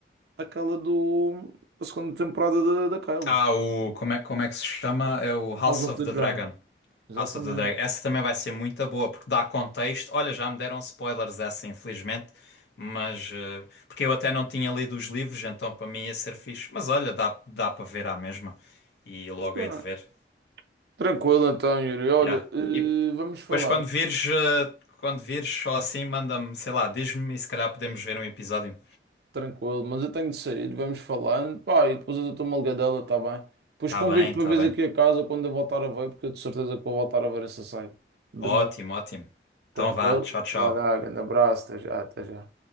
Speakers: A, on the right; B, on the left.
A: aquela do, a segunda temporada da, daquela,
B: Ah, o, como é, como é que se chama? É o House
A: House of
B: of
A: the
B: the
A: Dragon.
B: Dragon.
A: Exatamente.
B: House of the Dragon. Essa também vai ser muito boa, porque dá contexto. Olha, já me deram spoilers dessa, infelizmente, mas... eh, porque eu até não tinha lido os livros, então para mim ia ser fixe. Mas olha, dá, dá para ver à mesma. E logo
A: Sim.
B: hei de ver.
A: Tranquilo então, Yuri. Olha,
B: Yeah.
A: eh,
B: E
A: vamos falar,
B: depois quando vires, eh, quando vires só assim, manda-me, sei lá, diz-me e se calhar podemos ver um episódio.
A: tranquilo, mas eu tenho de sair, vamos falando. Pá, e depois eu dou-te uma ligadela, tá bem? Depois
B: Tá
A: convido-te
B: bem,
A: uma
B: tá
A: vez
B: bem.
A: aqui a casa quando eu voltar a ver, porque eu de certeza que vou voltar a ver essa série de
B: Ótimo,
A: novo.
B: ótimo.
A: Tranquilo?
B: Então vá, tchau, tchau.
A: Vai lá, grande abraço, até já, até já.